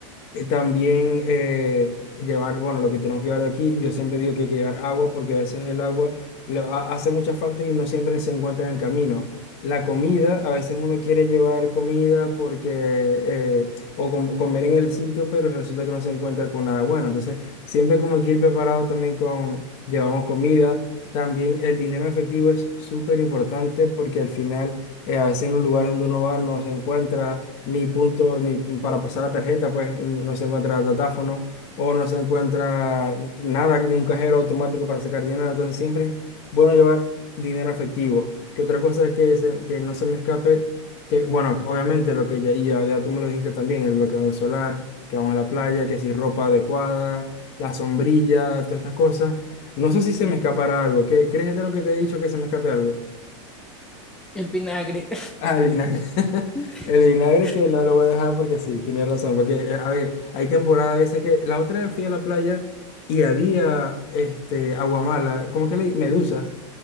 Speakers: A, on the left; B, in the centre.
A: Eh, También eh, llevar, bueno, lo que tenemos que llevar de aquí, yo siempre digo que hay que llevar agua porque a veces el agua lo- ha- hace mucha falta y no siempre se encuentra en el camino. La comida, a veces uno quiere llevar comida porque, eh, o com- comer en el sitio, pero resulta que no se encuentra con nada bueno. Entonces, siempre como hay que ir preparado también con, llevamos comida. También el dinero en efectivo es súper importante porque al final, eh, a veces en los lugares donde uno va no se encuentra ni punto, ni para pasar la tarjeta, pues no se encuentra datáfono o no se encuentra nada de un cajero automático para sacar dinero. Entonces siempre es bueno llevar dinero efectivo. Que otra cosa es que, se- que no se me escape, que bueno, obviamente lo que ya, y ya, ya tú me lo dijiste también, el bloqueador solar, que vamos a la playa, que si ropa adecuada, la sombrilla, todas estas cosas. No sé si se me escapará algo. ¿Qué, crees de lo que te he dicho que se me escape algo?
B: El vinagre.
A: Ah, el vinagre. <laughs>
B: <laughs>
A: El vinagre que no lo voy a dejar porque sí, tienes razón. Porque, eh, a ver, hay temporadas a veces que. La otra vez fui a la playa y había este, aguamala, ¿cómo que le? Medusas.